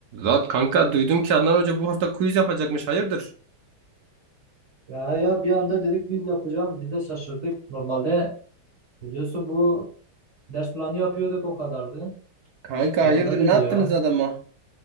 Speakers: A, on the right; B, on the right.
A: Lan kanka duydum ki Adnan Hoca bu hafta quiz yapacakmış. Hayırdır?
B: Ya ya bir anda dedik biz yapacağım. Biz de şaşırdık. Normalde biliyorsun bu ders planı yapıyorduk o kadardı.
A: Kanka
B: Bir
A: hayırdır
B: anda
A: ne
B: dedi
A: yaptınız
B: ya.
A: adama?